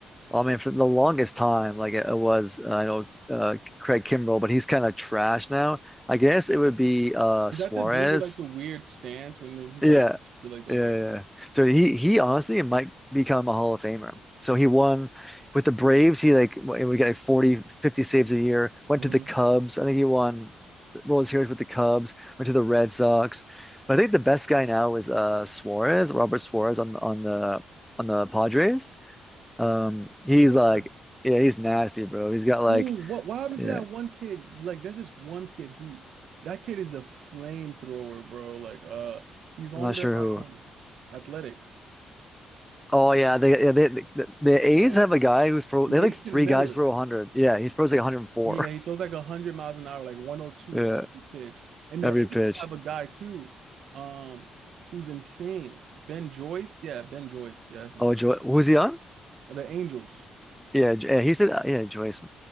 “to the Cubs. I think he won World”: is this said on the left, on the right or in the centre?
Centre